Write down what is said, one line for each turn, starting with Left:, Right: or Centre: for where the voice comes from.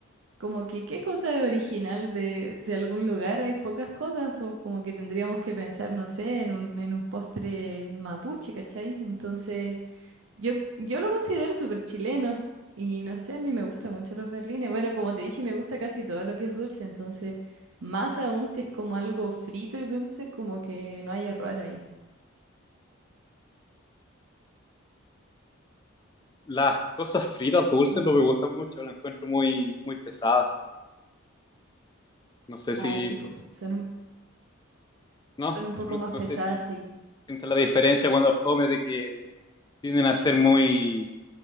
Right: como que qué cosa es original de, de algún lugar, hay pocas cosas, pues como que tendríamos que pensar, no sé, en un, en un postre mapuche, ¿cachai? Entonces... Yo, yo lo considero súper chileno y no sé, a mí me gustan mucho los berlines. Bueno, como te dije, me gusta casi todo lo que es dulce, entonces, más aún si es como algo frito y dulce, como que no hay error ahí.
Left: las cosas fritas dulces
Right: No-
Left: no me gustan mucho, las encuentro muy, muy pesadas. No sé
Right: Ah,
Left: si,
Right: sí, pues, son un,
Left: no,
Right: son un poco
Left: de pronto
Right: más pesadas,
Left: no sé si
Right: sí.
Left: sientes la diferencia cuando las comes de que tienden a ser muy,